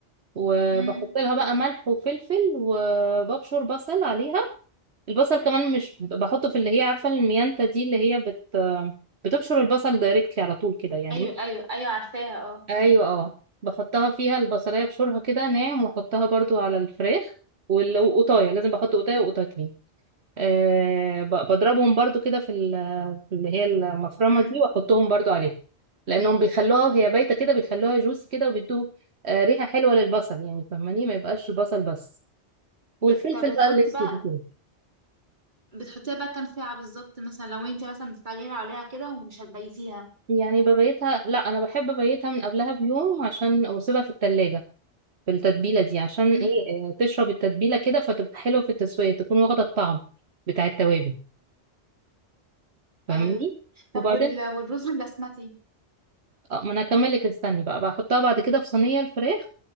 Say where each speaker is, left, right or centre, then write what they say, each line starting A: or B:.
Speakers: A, on the right; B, on the right.
A: وبحط
B: امم
A: لها بقى ملح وفلفل وببشر بصل عليها البصل كمان مش بحطه في اللي هي عارفة الميانتا دي اللي هي بت بتبشر البصل دايركتلي على طول كده يعني
B: ايوه ايوه ايوه عارفاها اه
A: ايوه اه بحطها فيها البصلاية بشورها كده ناعم واحطها برضو على الفراخ والقطاية لازم بحط قطاية وقطايتين آه، ب- بضربهم برضو كده في ال- في اللي هي المفرمة
B: امم
A: دي واحطهم برضو عليه لانهم بيخلوها وهي بايتة كده بيخلوها جوسي كده وبيدوا آه، ريحة حلوة للبصل يعني فاهماني ما يبقاش البصل بس
B: بت...
A: والفلفل
B: بتحطي
A: بقى الاسود
B: بقى
A: كده
B: بتحطيها بقى كام ساعة بالظبط مثلا لو انت مثلا مستعجلة عليها كده ومش هتبيتيها
A: يعني ببيتها لا انا بحب ابيتها من قبلها بيوم عشان واسيبها في التلاجة في التتبيلة دي عشان
B: امم
A: ايه آه، تشرب التتبيلة كده فتبقى حلوة في التسوية تكون واخدة الطعم بتاع التوابل فاهماني
B: ايوه طب
A: وبعدين
B: وال... والرز البسمتي
A: آه، ما انا هكمل لك استني بقى بحطها بعد كده في صينية الفراخ